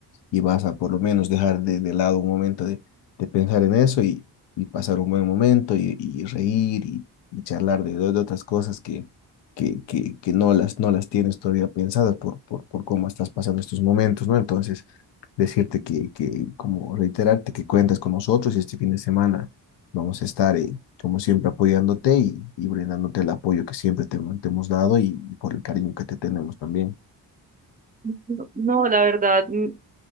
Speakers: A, on the left; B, on the right.
A: y vas a por lo menos dejar de, de lado un momento de, de pensar en eso y, y pasar un buen momento y, y reír y, y charlar de, de otras cosas que, que, que, que no las, no las tienes todavía pensadas por, por, por cómo estás pasando estos momentos, ¿no? Entonces, decirte que, que, como reiterarte que cuentas con nosotros y este fin de semana vamos a estar, eh, como siempre, apoyándote y, y brindándote el apoyo que siempre te, te hemos dado y, y por el cariño que te tenemos también.
B: No, no, la verdad, mm,